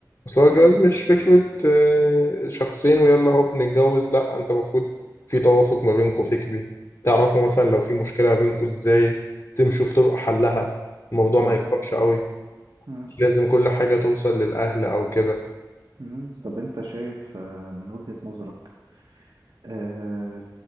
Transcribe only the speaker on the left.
اصل
هو الجواز مش فكرة آه، شخصين ويلا هو بنتجوز لا انت المفروض في توافق ما بينكم فكري تعرفوا مثلا لو في مشكلة ما بينكم ازاي تمشوا في طرق حلها الموضوع
ما يكبرش قوي
مش لازم كل حاجة توصل للأهل او كده